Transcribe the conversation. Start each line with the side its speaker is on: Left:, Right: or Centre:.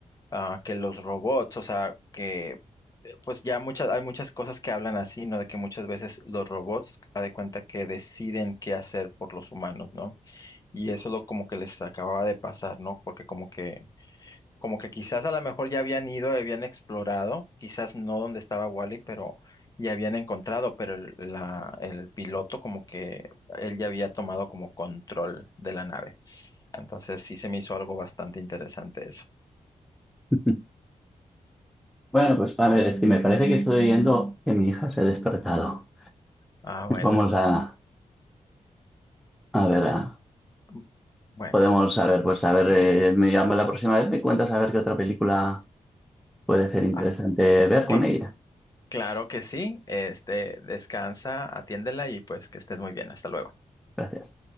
Left: ah, que los robots, o sea, que eh, pues ya muchas, hay muchas cosas que hablan así, ¿no? De que muchas veces los robots, a de cuenta que deciden qué hacer por los humanos, ¿no? Y eso es lo como que les acababa de pasar, ¿no? Porque como que como que quizás a lo mejor ya habían ido, habían explorado, quizás no donde estaba Wally, pero ya habían encontrado, pero el, la, el piloto como que él ya había tomado como control de la nave. Entonces sí se me hizo algo bastante interesante eso.
Centre: <laughs> Bueno, pues a ver, es que me parece que estoy viendo que mi hija se ha despertado.
Left: Ah, bueno.
Centre: Vamos a, a ver a
Left: Mm, Bueno,
Centre: Podemos saber, pues a ver, eh, me llamo la próxima vez, me cuentas a ver qué otra película puede ser interesante
Left: ah,
Centre: ver con
Left: que-
Centre: ella.
Left: claro que sí. Este, descansa, atiéndela y pues que estés muy bien. Hasta luego.
Centre: Gracias.